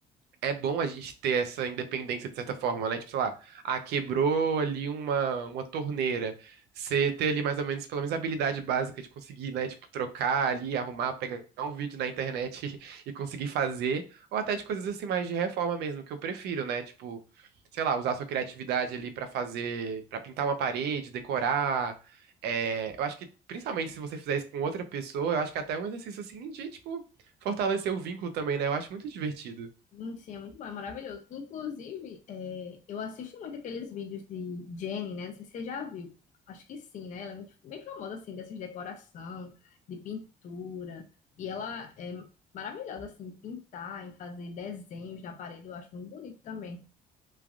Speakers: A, on the right (about 75°); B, on the left (about 50°).
A: é bom a gente ter essa independência de certa forma, né? Tipo, sei lá, ah, quebrou ali uma, uma torneira. Você ter ali mais ou menos, pelo menos, a habilidade básica de conseguir, né? Tipo, trocar ali, arrumar, pegar um vídeo na internet <laughs> e conseguir fazer. Ou até de coisas assim, mais de reforma mesmo, que eu prefiro, né? Tipo, sei lá, usar sua criatividade ali pra fazer, pra pintar uma parede, decorar. É, eu acho que, principalmente se você fizer isso com outra pessoa, eu acho que até é até um exercício assim de, tipo, fortalecer o vínculo também, né? Eu acho muito divertido.
B: Hum, Sim, é muito bom, é maravilhoso. Inclusive, é, eu assisto muito aqueles vídeos de Jenny, né? Não sei se você já viu. Acho que sim, né? Ela é muito bem famosa, assim, dessas decoração, de pintura. E ela é maravilhosa, assim, em pintar, em fazer desenhos na parede. Eu acho muito bonito também.